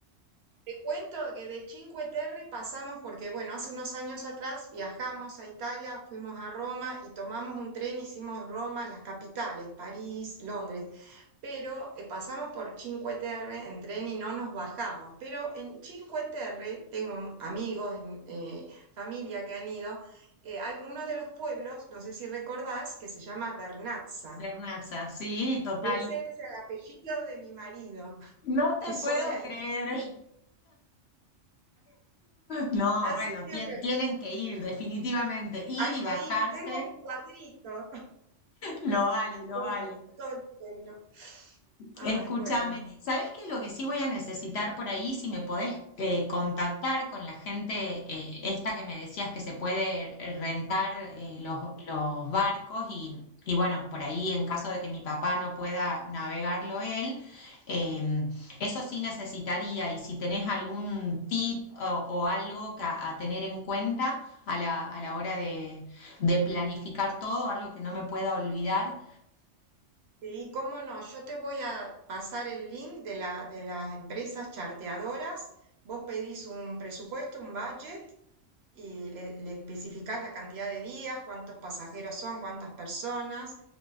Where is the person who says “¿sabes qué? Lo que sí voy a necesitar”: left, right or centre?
Left